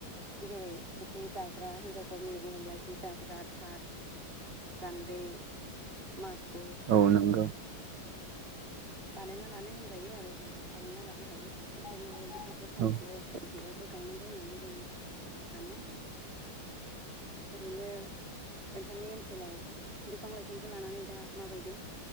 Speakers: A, on the right; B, on the right.
A: जेरै जि दाग्रा हिनजावफोरनि बुहोबब्ला जि दाग्रा थाद गान्दै माखु साल
B: औ नंगौ
A: बानायना लानो होनजायो आरो जोंहा बानायना लानो हायो ओंखायनो बिफखौ सानसेयाव
B: औ
A: बिसेबाबो गायनांगौ होननानै जों सानो ओरैनो नोंथांनि ओनसोलाव बिफां लाइफांखौ लानानै दा माबायदि